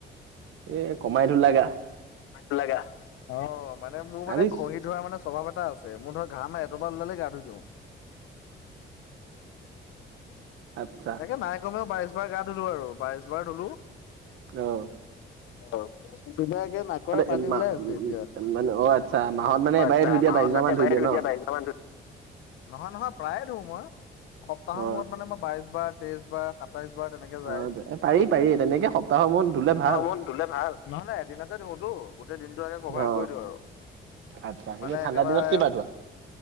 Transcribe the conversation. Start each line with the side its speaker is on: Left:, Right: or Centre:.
Right: এ কমাই ধুলা গা।
Left: কমাই ধুলা গা। অঁ মানে মোৰ মানে
Right: আজি
Left: ঘহি ধুৱা মানে স্বভাৱ এটা আছে। ছে, মোৰ ধৰা ঘাম এটোপাল ওলালে গা ধুই দিওঁ।
Right: আচ্ছা
Left: তাকে নাই কমেও বাইশ বাৰ গা ধুলো আৰু বাইশ বাৰ ধুলো।
Right: আহ
Left: অ ধুনিয়াকে নাকৰ পানী
Right: এ মা-
Left: ওলাই আছে এতিয়া।
Right: মানে অ আচ্ছা মাহত মানে এবাৰে
Left: আচ্ছা
Right: ধুই দিয়া
Left: মাহত
Right: বাইশ হাজাৰ
Left: মানে
Right: মান
Left: এবাৰ
Right: ধুই
Left: ধই
Right: ন
Left: দিয়া বাইশ বাৰ মান ধু। নহয় নহয় প্ৰায়ে ধুওঁ মই। সপ্তাহৰ
Right: অ
Left: মূৰত মানে মই বাইশ বাৰ তেইশ বাৰ- সাতাইশ বাৰ তেনেকে যায়।
Right: অ পাৰি পাৰি তেনেকে সপ্তাহ মোৰত ধুলে ভাল।
Left: অ' মোৰ ধুলে ভাল, নহয় নাই এদিনতে ধুওঁটো। গোটেই দিনটো আগে কভাৰ
Right: অ
Left: কৰি দিওঁ আৰু।
Right: আচ্ছা
Left: মানে
Right: এনে ঠাণ্ডা
Left: একেবাৰে-
Right: দিনত কেইবাৰ ধোৱা